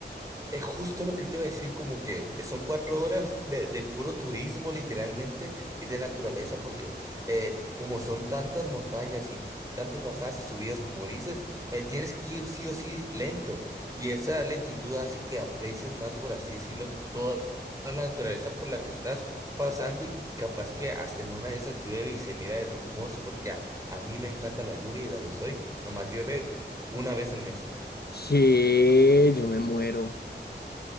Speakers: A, on the right; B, on the left.
A: Es justo lo que te iba a decir, como que son cuatro horas de, de puro turismo literalmente y de naturaleza, porque eh, como son tantas montañas y tantas bajadas y subidas, como dices, eh, tienes que ir sí o sí lento y esa lentitud hace que aprecies más, por así decirlo, toda, toda la naturaleza por la que estás pasando y capaz que hasta en una de esas llueve y se mira hermoso porque a, a mí me encanta la lluvia y donde soy, nomás llueve una vez al mes.
B: Que yo me muero.